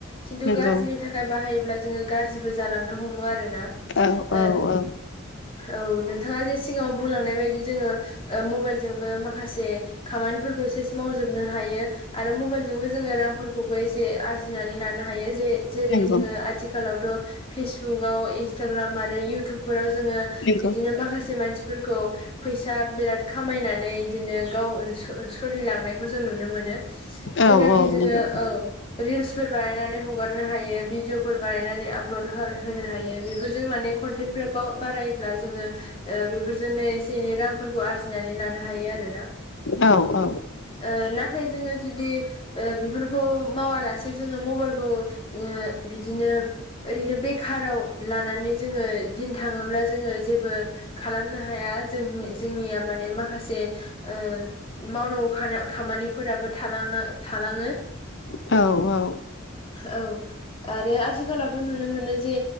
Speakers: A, on the left; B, on the left.
A: खिन्थु
B: नंगौ
A: गाज्रिनि थाखाय बाहायोब्ला जोङो गाज्रिबो जालांनो हमो आरो ना
B: औ औ
A: ओ
B: औ
A: औ नोंथाङा जे सिगाङाव बुंलांनाय बायदि जोङो ओ मबाइलजोंबो माखासे खामानिफोरखौ सेस मावजोबनो हायो। आरो मबाइलजोंबो जोङो रांफोरखौबो एसे आरजिनानै लानो हायो जे जेरै
B: नंगौ
A: जोंङो आ आथिखालावथ' फेसबुआव इन्सटाग्राम आरो इयउटुबफोराव जोङो
B: नंगौ
A: इदिनो माखासे मानसिफोरखौ फैसा बिराद खामायनानै बिदिनो गाव सो सोलिलांनायखौ जों नुनो मोनो।
B: औ
A: जेनाखि
B: औ
A: जोङो
B: नंगौ
A: औ रिल्सफोर बानायनानै हगारनो हायो भिडिअफोर बानायनानै आप सो होनो हायो बेफोरजों माने कन्टेन्टफ्रा बाव बारायोब्ला जोङो ओ बेफोरजोंनो एसे एनै रांफोरखौ आरजि जिनानै लानो हायो आरोना
B: औ औ
A: ओ नाथाय जोङो जुदि ओ बेफोरखौ मावालासे जोङो मबाइलखौ ओ बिदिनो ओरैनो बेखाराव लानानै जोङो दिन थाङोब्ला जोङो जेबो खालामनो हाया जों जोंनिया माने माखासे ओ मावनांगौ खा <unintelligible> खामानिफोराबो थालानो थालाङो
B: औ औ
A: औ आरो आथिखालावथ' नुनो मोनो जे